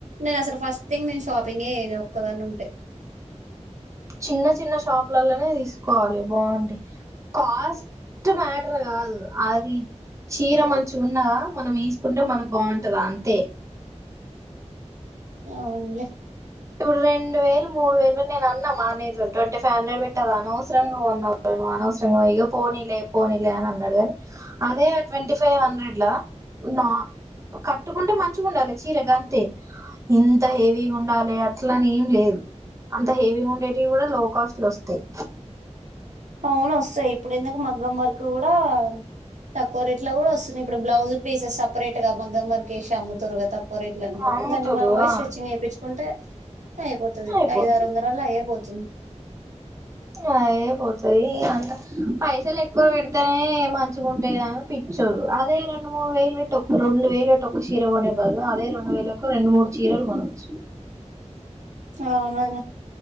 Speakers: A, on the right; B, on the right.
A: నేను అసలు ఫస్ట్ థింగ్ నేను షాపింగ్ే ఒక్కదని ఉంటే
B: చిన్న చిన్న షాప్ లలనే తీసుకోవాలి బాగుంంది కాస్ట్ మ్యాటర్ కాదు అది చీర మంచి ఉన్నదా మనం ఈసుకుంటే మనకు బాగుంటది అంతే
A: అవును
B: ఇప్పుడు రెండు వేలు మూడు వేలు నేను అన్నా మానేజ ట్వంటీ ఫైవ్ హండ్రెడ్ పెట్టదు అనవసరంగా ఉన్ నువవు అనవసరంగా ఇగ పోనీలే పోనీలే అని అన్నాడుగాని అదే ట్వంటీ ఫైవ్ హండ్రెడ్ నా కట్టుకుంటే మంచిగా ఉండాలి చీరగా అంతే ఇంత హెవీ ఉండాలే అట్లా అని ఏం లేదు అంత హెవీ ఉండేవి కూడా లో కాస్ట్ లో వస్తాయి
A: అవును వస్తాయి ఇప్పుడు ఎందుకు మగ్గం వరకు కూడా తక్కువ రేట్ లో కూడా వస్తున్నాయి ఇప్పుడు బ్లౌజ్ పీసెస్ సపరేట్ గా మగ్గం వరకు మ్ముతూరుగా తక్కువ పరేట్ని
B: అమ్ముతుర్రు
A: దాన్ని మనం పోయి
B: ఆ
A: స్ట్రెచంగ్ చేయిు ఉంటే అయిపోతది
B: అయిపోద్ది
A: ఐద ఆరు వందలాల్ల అయ్యే పోతది చేయ్
B: ఇగ అయ్యేపోతది అంత పైసలు ఎక్కువ పెడితేనే మంచిగా ఉంటాయి అని పిచ్చోళు అదే రెండు మూడు వేలు పెట్ట రెండు వేలు పెట్ట చీర కొనేవదులు అదే రెండు వేలకు రెండు మూడు చీరలు కొనొచ్చు
A: అవునువదిన్నా